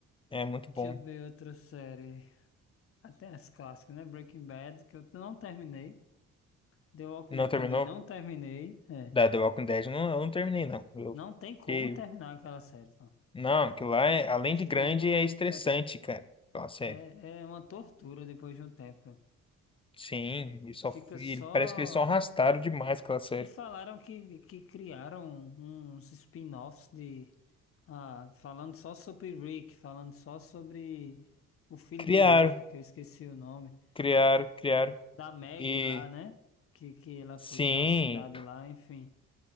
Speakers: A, on the left (about 20°); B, on the left (about 45°).
A: É muito bom.
B: Deixa eu ver outra série, até as clássicas, né? Breaking Bad, que eu não terminei. The Walking
A: Não
B: Dead
A: terminou?
B: também não terminei, é.
A: Da The Walking Dead, eu não, eu não terminei, não. Eu
B: Não tem como
A: fiquei...
B: terminar aquela série, pô.
A: Não, aquilo lá, é, além
B: Chega
A: de grande,
B: uma,
A: é estressante,
B: é,
A: cara. Aquela série.
B: é, é uma tortura depois de um tempo.
A: Sim, e só,
B: Fica
A: e
B: só
A: parece que eles só arrastaram demais aquela série.
B: E falaram que, que criaram uns spin-offs de. Ah, falando só sobre Rick, falando só sobre o filho
A: Criaram,
B: de Rick, que eu esqueci o nome.
A: criaram, criaram.
B: Da Maggie
A: E,
B: lá, né? Que, que ela
A: sim...
B: foi pra uma cidade lá, enfim.